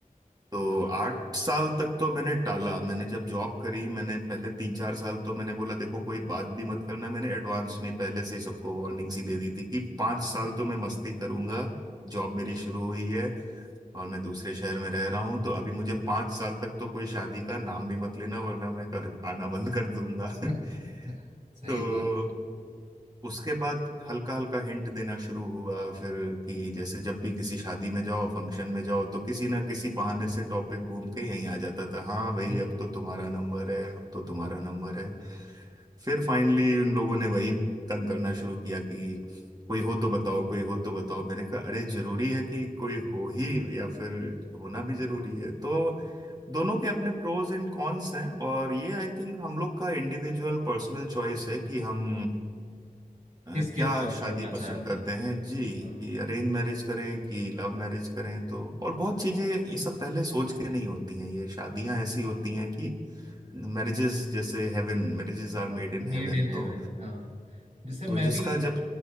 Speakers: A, on the right; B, on the right.
A: तो आठ साल तक तो मैंने टाला मैंने जब जॉब करी मैंने पहले तीन चार साल तो मैंने बोला देखो कोई बात भी मत करना मैंने एडवांस में पहले से ही सबको वार्निंग सी दे दी थी कि पांच साल तो मैं मस्ती करूंगा जॉब मेरी शुरू हुई है और मैं दूसरे शहर में रह रहा हूँ तो अभी मुझे पांच साल तक तो कोई शादी का नाम भी मत लेना वरना मैं कर आना बंद कर दूंगा
B: <laughs>
A: <laughs>
B: सही
A: तो
B: बात है
A: उसके बाद हल्का हल्का हिंट देना शुरू हुआ फिर कि जैसे जब भी किसी शादी में जाओ फंक्शन में जाओ तो किसी ना किसी बहाने से टॉपिक घूम के यहीं आ जाता था हाँ भाई
B: हम्म।
A: अब तो तुम्हारा नंबर है अब तो तुम्हारा नंबर है फिर फाइनली उन लोगों ने वही तंग करना शुरू किया कि कोई हो तो बताओ कोई हो तो बताओ मैंने कहा अरे जरूरी है कि कोई हो ही या फिर होना भी जरूरी है तो दोनों के अपने प्रोज एंड कॉन्स हैं और ये आई थिंक हम लोग का इंडिविजुअल पर्सनल चॉइस है कि हम अ,
B: किसके
A: क्या
B: तरफ
A: शादी
B: बढ़ना चाहते
A: पसंद करते
B: हैं
A: हैं जी
B: हाँ
A: कि अरेंज मैरिज करें कि लव मैरिज करें तो और बहुत चीजें ये सब पहले सोच के नहीं होती हैं ये शादियां ऐसी होती हैं कि marriages जैसे हेवन मैरिजेस are made in heaven
B: मेड इन हेवन
A: तो
B: हाँ जैसे मैं
A: तो जिसका
B: भी
A: जब